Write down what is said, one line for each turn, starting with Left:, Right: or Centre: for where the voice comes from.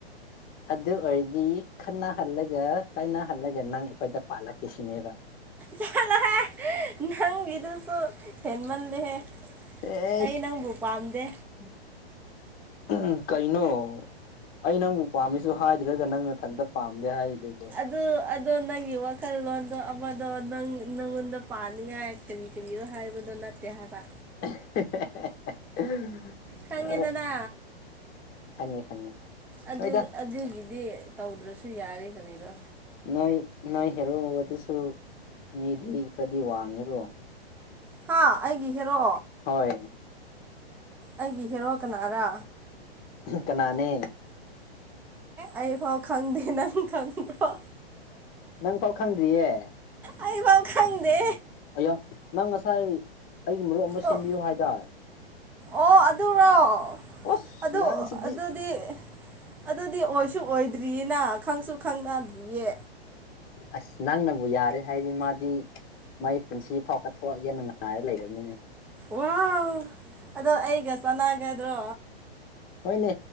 Left: ꯑꯗꯨ ꯑꯣꯏꯔꯗꯤ ꯈꯅꯍꯜꯂꯒ ꯀꯥꯏꯅꯍꯜꯂꯒ ꯅꯪ ꯑꯩꯈꯣꯏꯗ ꯄꯥꯜꯂꯛꯀꯦ ꯁꯤꯅꯦꯕ
Centre: ꯆꯂ ꯅꯪꯒꯤꯗꯨꯁꯨ ꯍꯦꯟꯃꯜꯂꯦꯍꯦ
Left: ꯑꯦꯁ
Centre: ꯑꯩ ꯅꯪꯕꯨ ꯄꯥꯝꯗꯦ
Left: <unintelligible> ꯎꯃꯍꯨꯝ ꯀꯩꯅꯣ ꯑꯩ ꯅꯪꯕꯨ ꯄꯥꯝꯃꯦꯁꯨ ꯍꯥꯏꯗ꯭ꯔꯒ ꯅꯪ ꯅꯊꯟꯇ ꯄꯥꯝꯗꯦ ꯍꯥꯏꯔꯤꯗꯨꯕꯨ
Centre: ꯑꯗꯨ ꯑꯗꯣ ꯅꯪꯒꯤ ꯋꯥꯈꯜꯂꯣꯟꯗꯣ ꯑꯃꯗꯣ ꯅꯪ ꯅꯪꯉꯣꯟꯗ ꯄꯥꯅꯤꯡꯉꯥꯏ ꯀꯔꯤ ꯀꯔꯤꯣ ꯍꯥꯏꯕꯗꯣ ꯅꯠꯇꯦ ꯍꯥꯏꯕ
Left: <unintelligible>
Centre: ꯈꯪꯉꯦꯗꯅ
Left: ꯍꯣꯏ ꯈꯪꯉꯦ ꯈꯪꯉꯦ
Centre: ꯑꯗꯨ
Left: ꯍꯣꯏꯗ
Centre: ꯑꯗꯨꯒꯤꯗꯤ ꯇꯧꯗ꯭ꯔꯁꯨ ꯌꯥꯔꯦ ꯀꯔꯤꯗꯣ
Left: ꯅꯣꯏ ꯅꯣꯏ ꯍꯦꯔꯣ ꯑꯗꯨꯁꯨ ꯃꯤꯗꯤ ꯈꯔꯗꯤ ꯋꯥꯡꯉꯦꯀꯣ
Centre: ꯍꯥ ꯑꯩꯒꯤ ꯍꯦꯔꯣ
Left: ꯍꯣꯏ
Centre: ꯑꯩꯒꯤ ꯍꯦꯔꯣ ꯀꯅꯥꯔꯥ
Left: ꯀꯅꯥꯅꯤ
Centre: ꯑꯩ ꯐꯥꯎ ꯈꯪꯗꯦ ꯅꯪ ꯈꯪꯕꯔꯣ
Left: ꯅꯪ ꯐꯥꯎ ꯈꯪꯗ꯭ꯔꯤꯌꯦ
Centre: ꯑꯩꯐꯥꯎ ꯈꯪꯗꯦ
Left: ꯑꯌꯥ ꯅꯪ ꯉꯁꯥꯏ ꯑꯩꯒꯤ ꯃꯔꯨꯞ ꯑꯃ ꯁꯦꯝꯕꯤꯌꯨ
Centre: ꯑꯣ
Left: ꯍꯥꯏꯇꯥꯔꯦ
Centre: ꯑꯣ ꯑꯗꯨꯔꯣ
Left: ꯑꯁ
Centre: ꯑꯗꯨ
Left: ꯅꯪꯁꯤꯗꯤ
Centre: ꯑꯗꯨꯗꯤ ꯑꯗꯨꯗꯤ ꯑꯣꯏꯁꯨ ꯑꯣꯏꯗ꯭ꯔꯤꯌꯦꯅ ꯈꯪꯁꯨ ꯈꯪꯅꯗ꯭ꯔꯤꯌꯦ
Left: ꯑꯁ ꯅꯪꯅꯕꯨ ꯌꯥꯔꯦ ꯍꯥꯏꯗꯤ ꯃꯥꯗꯤ ꯃꯒꯤ ꯄꯨꯟꯁꯤ ꯐꯥꯎ ꯀꯠꯊꯣꯛꯑꯒꯦꯅꯅꯨꯡꯉꯥꯏꯔ ꯂꯩꯔꯕꯅꯤꯅꯦ
Centre: ꯋꯥ ꯑꯗꯣ ꯑꯩꯒ ꯆꯥꯟꯅꯒꯗ꯭ꯔꯣ
Left: ꯍꯣꯏꯅꯦ